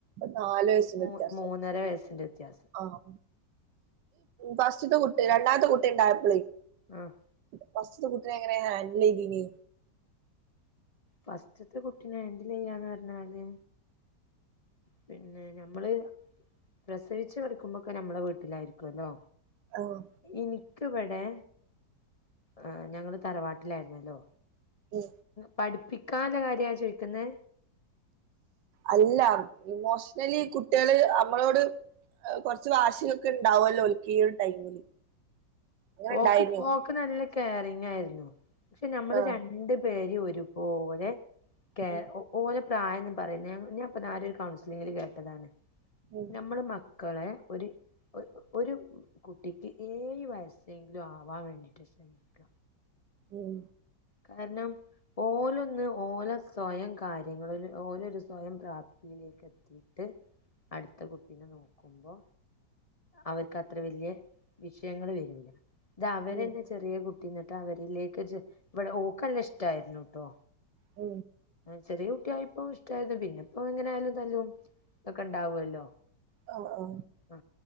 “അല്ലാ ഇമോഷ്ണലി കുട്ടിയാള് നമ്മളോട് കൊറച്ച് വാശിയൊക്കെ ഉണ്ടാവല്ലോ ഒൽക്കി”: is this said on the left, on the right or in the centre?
Right